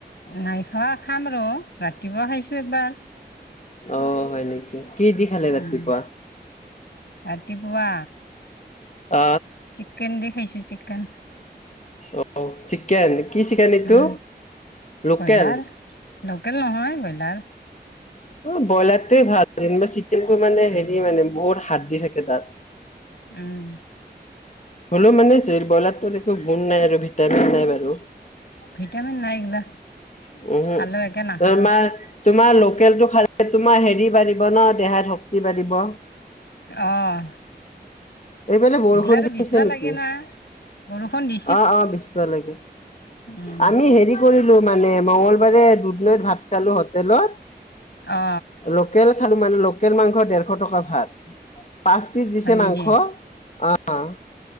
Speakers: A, on the left; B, on the left.
A: নাই খোৱা খাম ৰ ৰাতিপুৱা খাইছো একবাৰ।
B: অঁ হয় নিকি কি দি খালে
A: উম
B: ৰাতিপুৱা।
A: ৰাতিপুৱা।
B: আঁ
A: চিকেন দি খাইছো চিকেন।
B: অঁ চিকেন কি চিকেন এইটো।
A: উম
B: লোকেল
A: ব্ৰইলাৰ লোকেল নহয় ব্ৰইলাৰ।
B: অঁ ব্ৰইলাৰটোৱে ভাল যেনিবা চিকেন টো মানে
A: উম
B: হেৰি মানে বহুত হাতদি থাকে তাত।
A: উম।
B: হলেওমানে ব্ৰইলাৰটো একো গুণ নাই আৰু ভিটামিন নাই বাৰু উ
A: ভিটামিন নাই এইগিলা
B: হু
A: খালেও একে নাখালেও
B: তোমাৰ তোমাৰ লোকেলটো খালে তোমাৰ হেৰি বাঢ়িব ন দেহাত শক্তি বাঢ়িব
A: অ
B: এইফালে বৰষুণ
A: এইগিলাৰো
B: দি
A: বিচবা
B: আছে নেকি
A: লাগে না বৰষুণ দি
B: অ অ বিচবা লাগে
A: উম
B: আমি হেৰি পৰিলো মানে মঙ্গলবাৰে দুধনৈত ভাত খালো হোটেলত
A: অ
B: লোকেল খালো মানে লোকেল মাংস দেৰশ টকা ভাত পাঁচ পিছ দিছে
A: হয় নেকি
B: মাংস অ